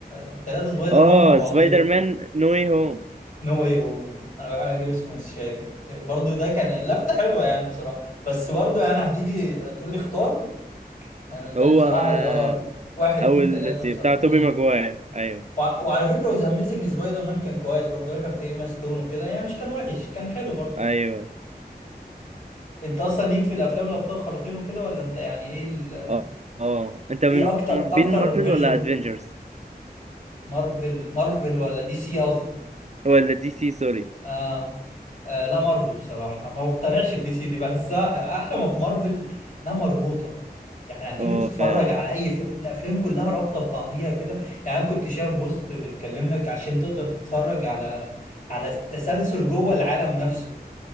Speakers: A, on the left (about 50°); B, on the right (about 45°).
A: التلاتة سبايدر
B: اه
A: مان مع بعضيهم
B: سبايدر مان نو واي هوم
A: نو ايه هو انا بحاول اجيب اسمه مش فاكر برضو ده كان لفته حلوه يعني بصراحه بس برضو يعني هتيجي تقول لي اختار انا بالنسبه
B: هو
A: لي بصراحه
B: آه...
A: اللي هو واحد اتنين
B: اول
A: تلاته
B: تي-
A: بصراحه
B: بتاع توبي
A: امم
B: ماجواير ايوه
A: وع- وعلى فكره وذا اميزنج سبايدر مان كان كويس برضو ده كان فيه ايما ستون وكده يعني مش كان وحش كان حلو برضو
B: ايوه
A: انت اصلا ليك في الافلام الابطال خارقين وكده ولا انت يعني ايه ال...
B: اه اه انت من
A: ايه اكتر
B: محبين
A: اكتر
B: مارفل
A: فيرجن
B: ولا ادفنجرز
A: مارفل مارفل ولا دي سي قصدي
B: ولا دي سي سوري
A: آه. آه لا مارفل بصراحة ما بقتنعش الدي سي دي بحسها أحلى ما في مارفل إنها مربوطة يعني هتيجي
B: اه
A: تتفرج
B: فعلا
A: على أي ف... الأفلام كلها رابطة ببعضيها كده يعني أنا كنت شايف بوست بتكلم لك عشان تقدر تتفرج على على التسلسل جوه العالم نفسه